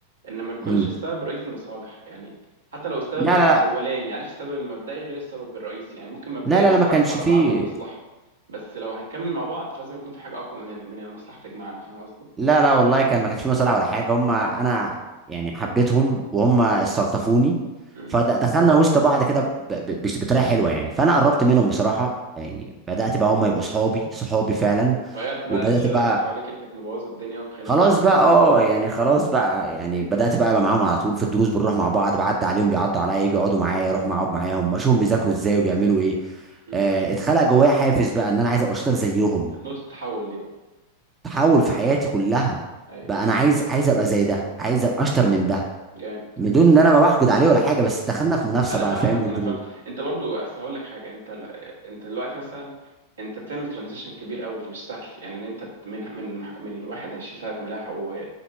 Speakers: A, on the right; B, on the right.
A: ان ما نكونش
B: امم
A: السبب الرئيسي مصالح يعني حتى لو السبب
B: لا
A: الاولاني
B: لا
A: عارف السبب المبدئي غير السبب الرئيسي يعني ممكن مبدئيا
B: لا لا لا
A: نتعرف
B: لا ما كانش
A: على
B: فيه
A: بعض المصلحه بس لو هنكمل مع بعض فلازم يكون في حاجه اقوى من من المصلحه تجمعنا فاهم قصدي
B: لا لا والله كان ما كانش في مصالح ولا حاجه هم انا يعني حبيتهم وهم استلطفوني
A: امم
B: فدخلنا وسط بعض كده ب- ب- بش- بطريقه حلوه يعني فانا قربت منهم بصراحه يعني بدات بقى هم يبقوا صحابي صحابي فعلا
A: غيرت بقى
B: وبدات
A: الشله
B: بقى
A: اللي كانت حواليك اللي كانت مبوظه الدنيا ومخليك
B: خلاص
A: مش مركز
B: بقى اه يعني خلاص بقى يعني بدات بقى ابقى معاهم على طول في الدروس بنروح مع بعض بعدي عليهم بيعدوا عليا يجوا يقعدوا معايا اروح معاهم معاهم اشوفهم بيذاكروا ازاي وبيعملوا ايه
A: امم
B: آه، اتخلق جوايا حافز بقى ان انا عايز ابقى شاطر زيهم
A: كانت نقطه التحول دي بقى
B: تحول في حياتي كلها
A: ايوه
B: بقى انا عايز عايز ابقى زي ده عايز ابقى اشطر من ده
A: جامد
B: بدون ان انا ما بحقد عليه ولا حاجه بس دخلنا في منافسه
A: انا
B: بقى
A: فاهمك
B: فاهم وظروف
A: انا فاهم انت برضو اصل هقول لك حاجه انت ل... انت دلوقتي مثلا انت بتعمل ترانزيشن كبير قوي مش سهل يعني ان انت من من من واحد هيشيل ثلاث ملاحق و-